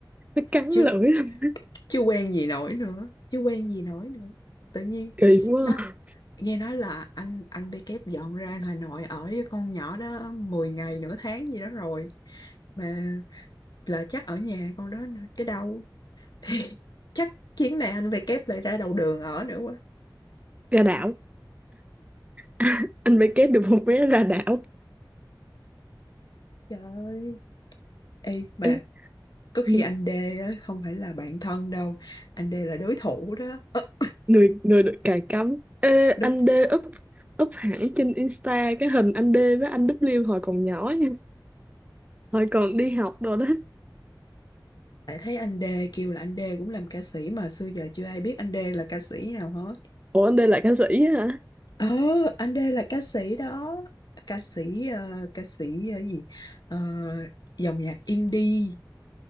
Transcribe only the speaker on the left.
chứ
chứ quen gì nổi nữa chứ quen gì nổi nữa tự nhiên
đó
nghe nói là anh anh bê kép dọn ra Hà Nội ở với con nhỏ đó 10 ngày nửa tháng gì đó rồi mà là chắc ở nhà con đó nữa chứ đâu <laughs> thì chắc chuyến này anh bê kép lại ra đầu đường ở nữa quá
trời ơi, Ê mà
có khi
anh D á, không phải là bạn thân đâu Anh D là đối thủ đó Ơ,
Đúng
Lại thấy anh D kêu là anh D cũng làm ca sĩ Mà xưa giờ chưa ai biết anh D là ca sĩ nào hết
Ờ anh D là ca sĩ đó Ca sĩ ờ, Ca sĩ ờ, gì Ờ, Dòng nhạc indie